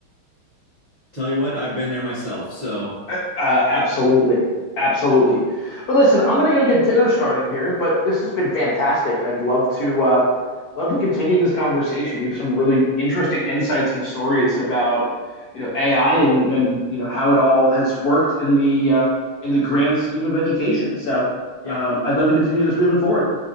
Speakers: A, on the right (about 70°); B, on the left (about 65°).
A: Tell you what, I've been there myself. So
B: Uh, uh, absolutely. Absolutely. But listen, I'm going to go get dinner started here, but this has been fantastic. I'd love to uh, love to continue this conversation. You have some really interesting insights and stories about, you know, AI and and you know how it all has worked in the uh, in the grand scheme of education. So,
A: yeah.
B: um, I'd love to continue this moving forward.